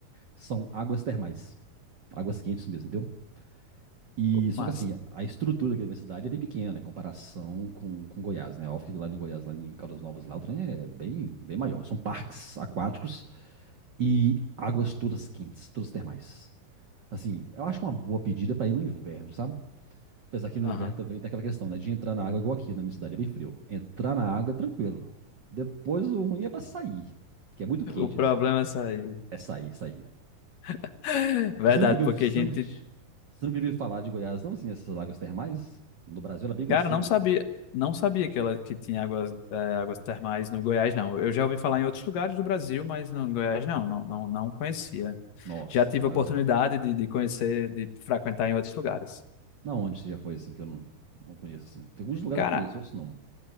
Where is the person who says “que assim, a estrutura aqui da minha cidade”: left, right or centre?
Right